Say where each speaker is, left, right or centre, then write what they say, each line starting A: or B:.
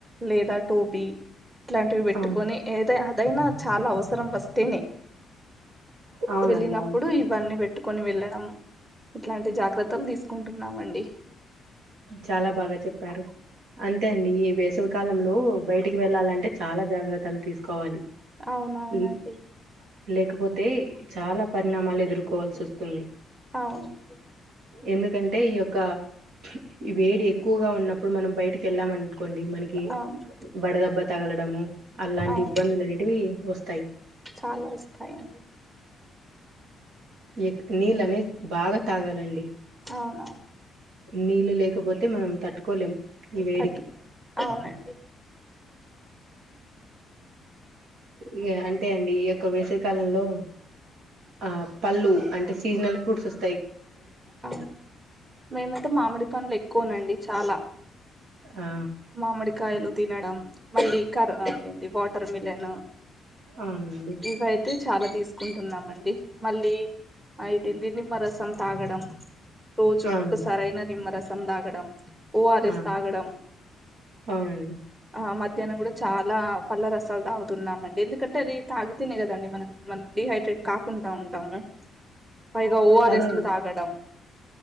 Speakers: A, on the right (about 15°); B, on the right (about 80°).
A: లేదా టోపి ఇట్లాంటివి పెట్టుకొని
B: అవును.
A: ఏద అదైనా చాలా అవసరం వస్తేనే
B: అవునండి.
A: వెళ్ళినప్పుడు
B: అవును.
A: ఇవన్నీ పెట్టుకు కొని వెళ్ళడం ఇట్లాంటి జాగ్రత్తలు తీసుకుంటున్నామండి
B: చాలా బాగా చెప్పారు అంతే అండి ఈ వేసవి కాలంలో బయటికి వెళ్లాలంటే చాలా జాగ్రత్తలు తీసుకోవాలి
A: అవునవునండి
B: ఉమ్ లేకపోతే చాలా పరిణామాలు ఎదురు కోవాల్సి వస్తుంది
A: అవునండి
B: ఎందుకంటే ఈ యొక్క ఈ వేడి ఎక్కువగా ఉన్నప్పుడు మనం బయటికి కెళ్ళామనుకోండి మనకి
A: అవును
B: వడదెబ్బ తగలడము అలాంటి
A: అవును
B: ఇబ్బందులు అనేటివి వస్తాయి
A: చాలా వస్తాయండి
B: ఎక్ నీళ్ళు అనేవి బాగా తాగాలండి
A: అవునవును
B: నీళ్ళు లేకపోతే మనం తట్టుకోలేం ఈ వేడికి.
A: తట్టు అవునండి
B: ఐగా అంటే అండి ఈ యొక్క వేసవి కాలంలో ఆ పళ్ళు అంటే సీజనల్ ఫ్రూట్స్ వస్తా
A: ఆ మేమైతే మామిడి పండ్లు ఎక్కువనండి చాలా
B: ఆ
A: మామిడి కాయలు తినడం మళ్ళీ కరు ఆ ఏంది వాటర్ మిలన్
B: అవునండి
A: ఇవయితే చాలా తీసు కుంటున్నామండి మళ్ళీ అయితేంది నిమ్మరసం తాగడం రోజుకొక్కసారి
B: అవునండి
A: అయిన నిమ్మరసం సం తాగడం ఓఆర్ఎస్
B: ఆ
A: తాగడం
B: అవునండి
A: ఆ మధ్యాహ్నం కూడా చాలా పళ్ళ రసాలు తాగుతున్నామండి ఎందుకంటే అది తాగ్ తేనె కదండి మనకు మనం డిహైడ్రేట్ కాకుండా ఉంటాము పైగా ఓఆర్ఎస్లు
B: అదే అండి
A: తాగడం